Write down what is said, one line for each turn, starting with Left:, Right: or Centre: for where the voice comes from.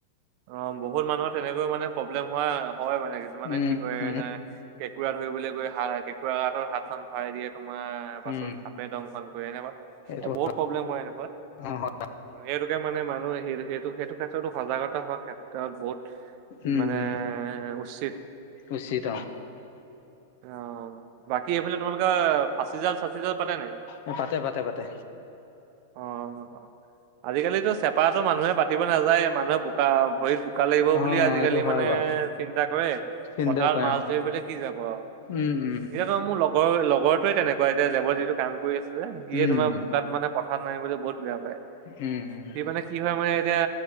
Right: অ বহুত মানুহৰ তেনেকৈ মানে প্ৰব্লেম হোৱা হয় মানে কিছুমানে
Left: উম
Right: কি কৰে
Left: উম
Right: এনে কেঁকোৰা ধৰিবলৈ গৈ হাত কেঁকুৰা গাতত হাতখন ভৰাই দিয়ে তোমাৰ পাছত
Left: উম
Right: সাপে দংশন হয় এনেকুৱা
Left: এইটো
Right: এ বহুত
Left: হয়,
Right: প্ৰব্লেম হয় এনেকুৱাত--উ
Left: অ হয়
Right: এটো এতিয়া মানে মানুহ সেইটো সেইটো ক্ষেত্ৰতো সজাগতা হোৱা বহুত
Left: উম
Right: মানে
Left: উম
Right: উচিত
Left: উচিত
Right: অ' বাকী এইফালে তোমালোকে ফাচি জাল চাচি জাল পাতে নে,
Left: অ পাতে পাতে পাতে
Right: অ', অ' আজিকালিতো চেপাটো মানুহে পাতিব নাযায়, মানুহে বোকা ভৰিত বোকা লাগিব
Left: অ
Right: বুলি আজিকালি
Left: এইটো হয়
Right: মানে
Left: বাৰু
Right: চিন্তা কৰে
Left: চিন্তা
Right: পথাৰত
Left: কৰে
Right: মাছ
Left: অ
Right: ধৰিবলে কি যাব আৰু,
Left: উম উম
Right: সেইয়াটো মোৰ লগৰ লগৰ লগৰটোৱে তেনেকুৱা, এতিয়া লেবত যিটো কাম কৰি আছে যে, সিয়ে
Left: উম
Right: তোমাৰ
Left: উম
Right: বোকাত মানে পথাৰত নামিবলৈ বহুত বেয়াপাই,
Left: উম উম
Right: সি মানে কি হয় মানে এতিয়া